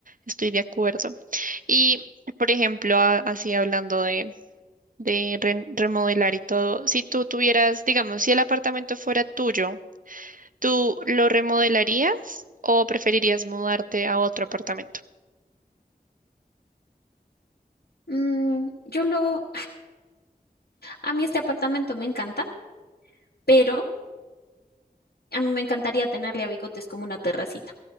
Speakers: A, on the right; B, on the left.
A: estoy de acuerdo. Y, por ejemplo, a- así hablando de, de re- remodelar y todo, si tú tuvieras, digamos, si el apartamento fuera tuyo, ¿Tú lo remodelarías o preferirías mudarte a otro apartamento?
B: Mm, yo lo, a mí este apartamento me encanta, pero a mí me encantaría tenerle a Bigotes como una terracita,